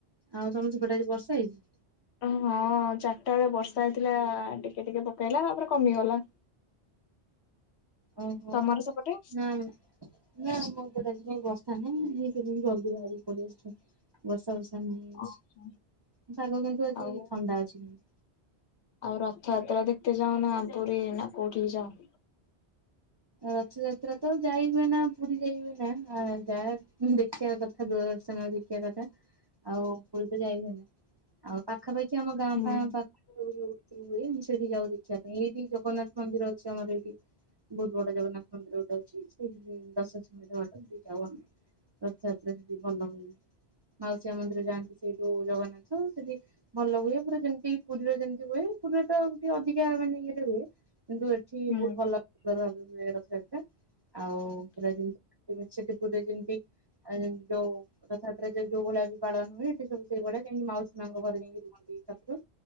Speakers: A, on the right; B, on the left.
A: ଆଉ ତମର ସେପଟେ ଆଜି ବର୍ଷା ହେଇଚି?
B: ଓ ହଁ, ଚାରିଟା ବେଳେ ବର୍ଷା ହେଇଥିଲା, ଟିକେ ଟିକେ ପକେଇଲା ତା'ପରେ କମିଗଲା।
A: ଓହୋ!
B: ତମର
A: ହୁଁ।
B: ସେପଟେ?
A: ନାଁ, ଆମର ତ ଆଜିକାଇଁ ବର୍ଷା ନାହିଁ। ଇଏ କେବେ ବି ଜଲ୍ ଦି ବାହାରିକି ପଳି ଆସିଛନ୍ତି। ବର୍ଷା ଫର୍ଷା ନାହିଁ ଆଜି।
B: ଓହୋ
A: ପାଗ କିନ୍ତୁ ଆଜି
B: ଆଉ
A: ଥଣ୍ଡା ଅଛି <unintelligible>
B: ଆଉ ରଥଯାତ୍ରା ଦେଖିତେ ଯାଅ ନା, ପୁରୀ ନା କୋଉଠିକି ଯାଅ।
A: ରଥଯାତ୍ରା ତ ଯାଇ ହୁଏନା, ପୁରୀ ଯାଇ ହୁଏନା। ଆ ଯା ଦେଖିବା କଥା ଦୂରଦର୍ଶନରେ। ଦେଖିବା କଥା। ଆଉ ପୁରୀ ତ ଯାଇ ହୁଏନି, ଆଉ ପାଖାପାଖି ଆମ ଗାଁ
B: ହୁଁ।
A: ଫାଁ ପାଖ ଯୋଉ ଯୋଉତି ହୁଏ, ମୁଁ ସେଇଠି ଯାଉ ଦେଖିବା ପାଇଁ ଏଇଠି ଜଗନ୍ନାଥ ମନ୍ଦିର ଅଛି, ଆମର ଏଇଠି। ବହୁତ ବଡ଼ ଜଗନ୍ନାଥ ମନ୍ଦିର ଗୋଟେ ଅଛି। ସେଇଠିକି ଦଶ ସେଖେଣ୍ତେର ବାଟ ଯାଉ ଆମେ। ରଥଯାତ୍ରା ସେଠି ଭଲ ହୁଏ। ମାଉସୀ ମାଁ ମନ୍ଦିର ଯାଆନ୍ତି ସେଇଠୁ ଜଗନ୍ନାଥ, ସେଠି ଭଲ ହୁଏ, ପୁରା ଯେମିତି ପୁରୀରେ ଯେମିତି ହୁଏ, ପୁରୀରେ ତ ଅଧିକା ମାନେ ଇଏରେ ହୁଏ। କିନ୍ତୁ ଏଠ୍ ଠି
B: ହୁଁ
A: ବହୁତ ଭଲ, ତାଙ୍କର ମେୟର ସହିତ। ଆଉ, ପୁରା ଯେମତି <unintelligible> ଯୋଉ ରଥଯାତ୍ରା ଯେ ଯୋଉ ଭଳିଆ ବି ପାଳନ ହୁଏ, ସେ ସବୁ ସେଇ ଭଳିଆ ଯାଇଁକି ମାଉସୀ ମାଆଁ ଙ୍କ ଘରେ ଯାଇକି ରୁହନ୍ତି ସାତଦିନ।